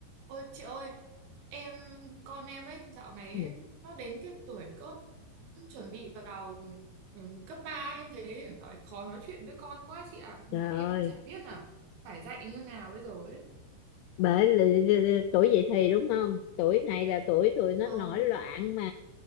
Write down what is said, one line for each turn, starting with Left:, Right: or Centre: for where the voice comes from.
Right: Ôi chị ơi, em con em ấy dạo này
Left: Ừ,
Right: ấy, nó đến cái tuổi cỡ chuẩn bị vào ừm, cấp ba em thấy dạo này khó nói chuyện với con quá chị ạ, mà
Left: Trời
Right: em
Left: ơi,
Right: chả biết là phải dạy như nào bây giờ ấy.
Left: bởi lì- lì- lì- tuổi dậy thì đúng không? Tuổi này là tuổi tụi nó
Right: Vâng.
Left: nổi loạn mà.